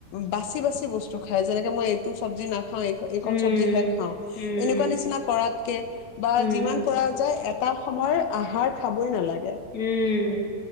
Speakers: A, on the left (about 80°); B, on the left (about 25°).
A: বাচি বাচি বস্তু খাই যেনেকে মই এইটো চব্জি নাখ <unintelligible> এইক-এইকণ
B: উম
A: চব্জিহে খাওঁ,
B: উম
A: এনেকুৱা নিচিনা কৰাতকে বা
B: উম
A: যিমান পৰা যায় এত এটা সময়ৰ আহাৰ খাবই নালাগে
B: উম।